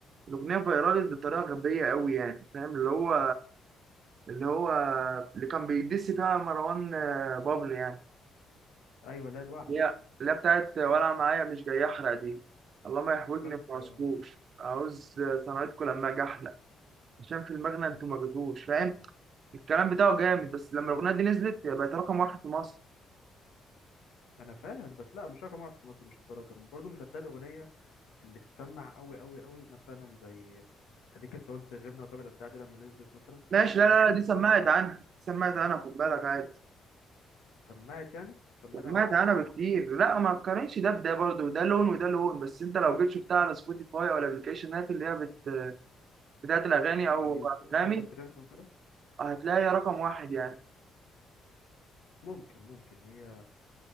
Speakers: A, on the right (about 55°); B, on the left (about 85°).
A: الاغنيه فايرالت بطريقه غبيه قوي يعني فاهم اللي هو اللي هو اللي كان بيدس فيها مروان آه، بابلو يعني
B: ايوه لا الوعد
A: اللي هي اللي هي بتاعت ولا معايا مش جاي احرق دي الله ما يحوجني
B: بالظبط
A: في عصفور
B: آه.
A: عاوز صنعتكم لما اجي احلق عشان في المغنى انتوا ما جيتوش فاهم الكلام بتاعه جامد بس لما الاغنيه دي نزلت هي بقت رقم واحد في مصر
B: ما انا فاهم بس لا مش رقم واحد في مصر مش الدرجه برضه مش هتلاقي الاغنيه اللي تسمع قوي قوي قوي مثلا زي اديك انت قلت غيرنا وقابل الابداع دي لما نزلت مثلا
A: ماشي لا
B: تحس
A: لا لا
B: ان
A: دي سمعت
B: كله سمع
A: عنها دي سمعت عنها خد بالك عادي
B: سمعت يعني سمعتها
A: سمعت عنها
B: ممكن
A: بكتير لا ما تقارنش ده بده برضه ده لون وده لون بس انت لو جيت شفتها على سبوتيفاي او الابلكيشنات اللي هي بت... بتاعت الاغاني او
B: على اليوتيوب
A: انغامي
B: يعني والترند وكده
A: هتلاقي رقم واحد يعني
B: ممكن ممكن هي